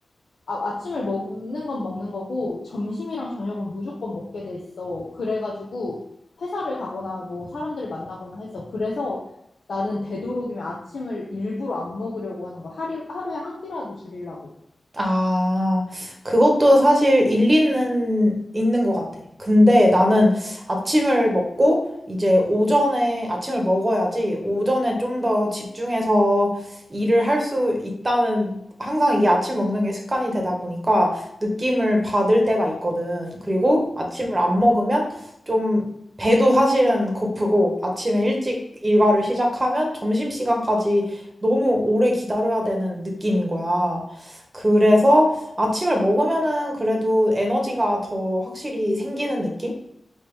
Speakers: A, on the left; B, on the right.
A: 아, 아침을 먹는 건 먹는 거고 점심이랑 저녁은 무조건 먹게 돼 있어. 그래가지고 회사를 가거나 뭐 사람들을 만나거나 해서 그래서 나는 되도록이면 아침을 일부러 안 먹으려고 하는 거야. 하루, 하루에 한 끼라도 줄이려고.
B: 아, 그것도 사실 일리는 있는 것 같아. 근데 나는 아침을 먹고 이제 오전에 아침을 먹어야지 오전에 좀 더 집중해서 일을 할 수 있다는 항상 이게 아침 먹는 게 습관이 되다 보니까 느낌을 받을 때가 있거든. 그리고 아침을 안 먹으면 좀 배도 사실은 고프고 아침에 일찍 일과를 시작하면 점심시간까지 너무 오래 기다려야 되는 느낌인 거야. 그래서 아침을 먹으면은 그래도 에너지가 더 확실히 생기는 느낌?